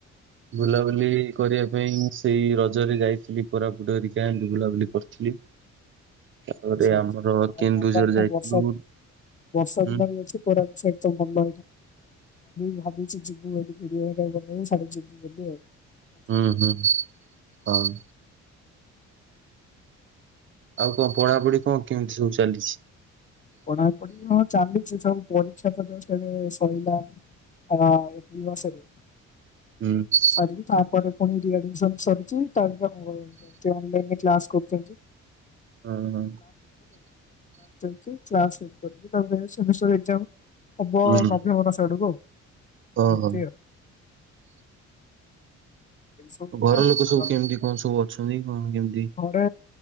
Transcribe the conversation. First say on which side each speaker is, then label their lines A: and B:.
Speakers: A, on the right; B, on the left.
A: ବୁଲାବୁଲି କରିବା ପାଇଁ ସେଇ ରଜରେ ଯାଇଥିଲି କୋରାପୁଟ ହରିକା ବୁଲାବୁଲି କରିଥିଲି। ତାପରେ
B: ଆଛ
A: ଆମର
B: ଆଛା ଆଉ
A: କେନ୍ଦୁଝର
B: ମନ ଅଛା
A: ଯାଇଥିଲୁ
B: ବର୍ଷା
A: ହୁଁ
B: ବର୍ଷା
A: ହୁଁ
B: ଦିନ ବି ଅଛି <unintelligible> କାଲି ଭାବୁଛି ଯିବି। <unintelligible>
A: ହୁଁ ହୁଁ ହଉ। ଆଉ କଣ ପଢାପଢି କଣ କେମିତି ସବୁ ଚାଲିଛି?
B: ପଢାପଢି ହଁ ଚାଲିଛି ସବୁ ପରୀକ୍ଷା <unintelligible> ସଇଲା। ହ ଏପ୍ରିଲ ମାସରେହଁ।
A: ହୁଁ।
B: ସରିକି ତାପରେ ପୁଣି ରିଆଡମିସନ ସରିଛି ତାପରେ କଣ? ଏମିତି ଅନଲାଇନ୍ କ୍ଲାସ କରୁଛନ୍ତି।
A: ହଁ ହଁ
B: <unintelligible> <unintelligible> କରି ତାପରେ ସେମିଷ୍ଟର ଏଜ୍ଜମ୍ ହବ
A: ହୁଁ
B: ନଭେମ୍ବର ମାସ ଆଡକୁ ଆଉ।
A: ହଁ
B: ଏମିତି
A: ହଁ।
B: ଆଉ ଏଇ ସବୁ କଥା
A: ଘର ଲୋକ ସବୁ
B: ଆଉ
A: କେମିତି କଣ ସବୁ ଅଛନ୍ତି କଣ କେମିତି?
B: ଘରେ